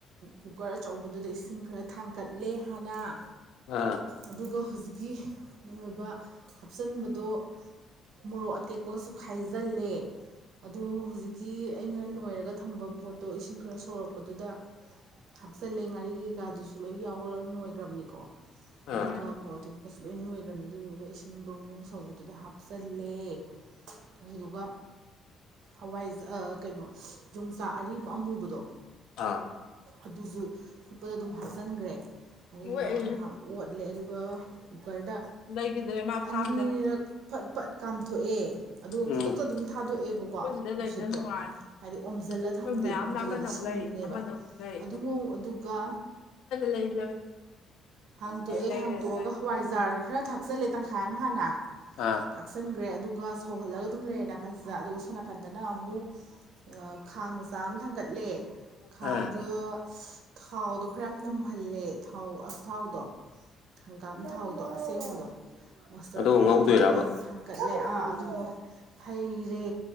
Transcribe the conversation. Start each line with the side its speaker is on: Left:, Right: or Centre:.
Right: ꯀꯨꯀꯔ ꯑꯆꯧꯕꯗꯨꯗ ꯏꯁꯤꯡ ꯈꯔ ꯊꯥꯡꯀꯠꯂꯦ ꯍꯥꯟꯅ
Left: ꯑꯥ
Right: ꯑꯗꯨꯒ ꯍꯧꯖꯤꯛꯀꯤ ꯑꯣꯏꯕ ꯍꯥꯞꯆꯟꯕꯗꯣ ꯃꯣꯔꯣꯛ ꯑꯇꯦꯛꯄꯒꯁꯨ ꯈꯥꯏꯖꯤꯜꯂꯦ ꯑꯗꯨ ꯍꯧꯖꯤꯛꯀꯤ ꯑꯩꯅ ꯅꯣꯏꯔꯒ ꯊꯝꯕ ꯄꯣꯠꯇꯣ ꯏꯁꯤꯡ ꯈꯔ ꯁꯧꯣꯔꯛꯄ ꯑꯗꯨꯗ ꯍꯥꯞꯆꯤꯜꯂꯦ ꯉꯥꯔꯤ ꯀꯩꯀꯥꯗꯨꯁꯨ ꯂꯣꯏ ꯌꯥꯎꯔ ꯅꯣꯏꯈ꯭ꯔꯕꯅꯤꯀꯣ ꯑꯗꯨꯒ
Left: ꯑꯥ
Right: ꯃꯣꯔꯣꯛ ꯑ ꯇꯦꯛꯀꯣꯛꯀꯁꯨ ꯂꯣꯏ ꯅꯣꯏꯈ꯭ꯔꯕꯅꯤꯅ ꯑꯗꯨ ꯊꯤꯟꯕ꯭ꯔꯨꯡ ꯕꯨꯡ ꯁꯧꯕꯗꯨꯗ ꯍꯥꯞꯆꯜꯂꯦ ꯑꯗꯨꯗꯨꯒ ꯍꯋꯥꯏ ꯀꯩꯅꯣ ꯌꯣꯡꯆꯥꯛ ꯑꯔꯤꯕ ꯑꯃꯨꯕꯗꯣ
Left: ꯑꯥ
Right: ꯑꯗꯨꯁꯨ ꯈꯨꯨꯠꯄꯗ ꯑꯗꯨꯝ ꯍꯥꯞꯆꯤꯟꯈ꯭ꯔꯦ ꯑꯗꯨꯗꯨꯒ
Left: ꯍꯣꯏ
Right: ꯉꯥꯏꯍꯥꯛ ꯑꯣꯠꯂꯦ ꯑꯗꯨꯒ ꯀꯨꯀꯔꯗ
Left: ꯂꯩꯈꯤꯗ꯭ꯔꯦ ꯃꯥ
Right: ꯑꯅꯤꯔꯛ
Left: ꯐꯥꯝꯗꯒ
Right: ꯐꯠ ꯐꯠ ꯀꯥꯝꯊꯣꯛꯑꯦ ꯑꯗꯨꯒ
Left: ꯎꯝ
Right: ꯈꯨꯗꯛꯇ ꯑꯗꯨꯝ ꯊꯥꯗꯣꯛꯑꯦꯕꯀꯣ
Left: ꯑꯩꯈꯣꯏ ꯁꯤꯗ
Right: ꯅꯨꯡꯁꯤꯠꯇꯣ
Left: ꯂꯩꯕꯅ ꯅꯨꯡꯉꯥꯏ
Right: ꯍꯥꯏꯗꯤ ꯑꯣꯝꯖꯤꯜꯂ
Left: ꯑꯩꯈꯣꯏ
Right: ꯊꯝꯗꯦꯕ
Left: ꯃꯌꯥꯝꯅ
Right: ꯑꯣꯝꯖꯤꯜꯂꯗꯤ
Left: ꯑꯃꯅ ꯑꯃꯨꯛ
Right: ꯁꯤꯟꯕꯅꯦꯕ
Left: ꯂꯩ ꯑꯃꯅ ꯑꯃꯨꯛ ꯂꯩ
Right: ꯑꯗꯨꯉꯧ ꯑꯗꯨꯒ
Left: ꯏ ꯂꯩ
Right: ꯍꯥꯡꯇꯣꯛꯑꯦ
Left: ꯂꯩꯔꯒ
Right: ꯍꯥꯡꯇꯣꯛꯑꯒ ꯍꯋꯥꯏꯖꯥꯔ ꯈꯔ ꯊ ꯊꯥꯛꯆꯜꯂꯦ ꯇꯪꯈꯥꯏ ꯑꯃ ꯍꯥꯟꯅ
Left: ꯑꯥ
Right: ꯊꯥꯛꯆꯟꯈ꯭ꯔꯦ ꯑꯗꯨꯒ ꯁꯧꯍꯜꯂꯒ ꯑꯗꯨꯝ ꯂꯩꯔꯦ ꯅꯥꯀꯟꯁꯤꯗ ꯑꯗꯨꯒ ꯁꯣꯝ ꯅꯥꯀꯟꯗꯅ ꯑꯃꯨꯛ ꯈꯥꯡ ꯃꯆꯥ ꯑꯃ ꯊꯥꯡ ꯊꯀꯠꯂꯦ ꯈꯥꯡꯗꯨ
Left: ꯎꯝ
Right: ꯊꯥꯎꯗꯣ ꯈꯔ ꯌꯥꯝ ꯅꯝꯍꯜꯂꯦ ꯊꯥꯎ ꯑꯁ ꯊꯥꯎꯗꯣ ꯍꯪꯒꯥꯝ ꯊꯥꯎꯗ ꯑꯗꯣ ꯑꯁꯦꯡꯕꯗꯣ ꯃꯁꯇꯔꯠ
Left: ꯑꯗꯨꯒ
Right: ꯑꯣꯏ
Left: ꯉꯧꯗꯣꯏꯔꯕ
Right: ꯑꯗꯨꯗꯣ ꯊꯥꯡꯀꯠꯂꯦ ꯑꯥ ꯑꯗꯨꯕꯨ ꯍꯩꯔꯦ